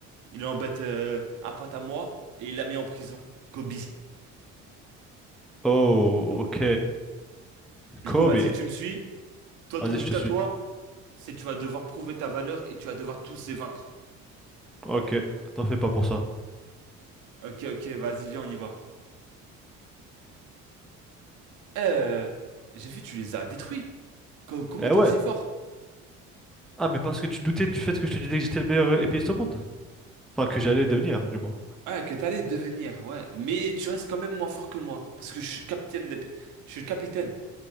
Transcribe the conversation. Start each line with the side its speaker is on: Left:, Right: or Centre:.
Right: Il embête euh, un pote à moi et il l'a mis en prison. Kobe.
Centre: Oh, ok.
Right: Du
Centre: Kobe.
Right: coup, vas-y, tu me suis. Toi,
Centre: Vas-y,
Right: ton but
Centre: je te
Right: à
Centre: suis.
Right: toi, C'est tu vas devoir prouver ta valeur et tu vas devoir tous les vaincre.
Centre: Ok, t'en fais pas pour ça.
Right: Ok, ok, vas-y, viens, on y va. Euh, j'ai vu, tu les as détruits. Co- comment
Centre: Eh
Right: t'es
Centre: ouais.
Right: aussi fort?
Centre: Ah, mais parce que tu doutais du fait que je te disais que j'étais le meilleur euh, épéiste au monde. Enfin, que j'allais devenir, du moins.
Right: Ah, que t'allais devenir, ouais. Mais tu restes quand même moins fort que moi. Parce que je suis le capitaine des... pi- Je suis le capitaine.